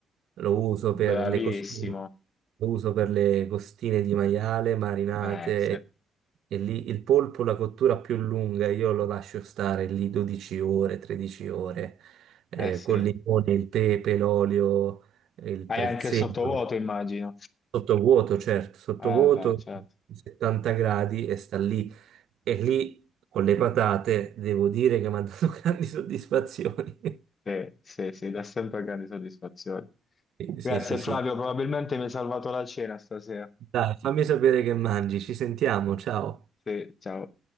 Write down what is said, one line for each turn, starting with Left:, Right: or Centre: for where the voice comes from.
Right: lo uso per
Left: bravissimo.
Right: le costine, lo uso per le costine di maiale marinate
Left: Eh sì,
Right: e lì il polpo, la cottura più lunga, io lo lascio stare lì 12 ore, 13 ore, eh,
Left: eh sì.
Right: col limone, il pepe, l'olio, il prezzemolo,
Left: Hai anche il sottovuoto, immagino.
Right: sottovuoto, certo, sottovuoto,
Left: Eh beh, certo.
Right: 70 gradi e sta lì. E lì con le patate devo dire che mi ha dato <laughs> grandi soddisfazioni.
Left: Sì, sì, sì, dà sempre grandi soddisfazioni.
Right: Sì, sì,
Left: Grazie
Right: sì. sì.
Left: Flavio, probabilmente mi hai salvato la cena stasera.
Right: Dai, fammi sapere che mangi. Ci sentiamo, ciao.
Left: Sì, ciao.